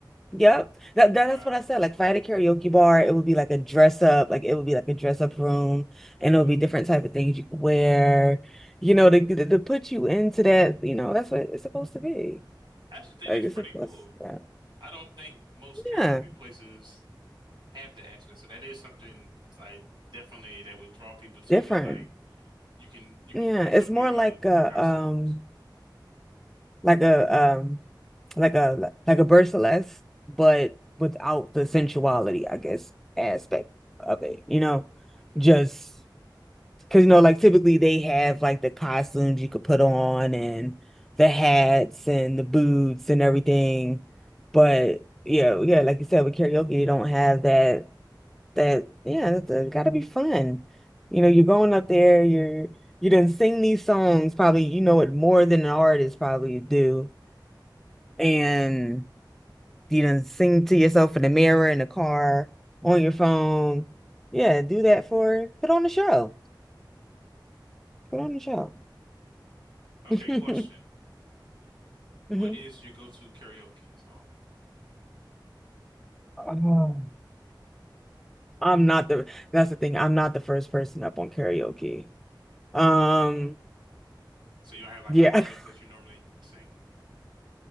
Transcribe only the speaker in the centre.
Yep. That, that
that's what I said. Like if I had a karaoke bar, it would be like a dress up, like it would be like a dress up room
and it would be different type of things you could wear, you know, to, to to put you into that, you know,
that's what it's supposed to be.
Like
it's
supposed,
yeah.
Yeah,
different.
Yeah,
it's
more
like
a
um like a um like a like a Berceless, but without the sensuality, I guess, aspect of it, you know?
Just because, you know, like typically they have like the costumes you could put on and the hats and the boots and everything.
But yeah, yeah, like you said, with karaoke, you don't have that that yeah, that's has gotta be fun.
You know, you're going up there, you're you done sing these songs, probably you know it more than an artist probably do. And you done sing to yourself in the mirror, in the car, on your phone. Yeah, do that for, put on the show.
Put
on the show.
<laughs>
hmm
Oh. I'm not the, that's the thing. I'm not the first person up on karaoke. Um,
yeah.
<laughs>